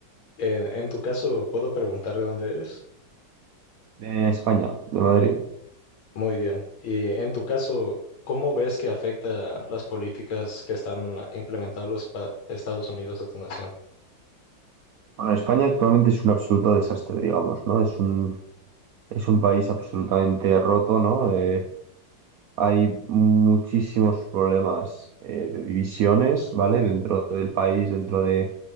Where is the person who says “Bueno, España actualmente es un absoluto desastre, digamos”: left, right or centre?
Right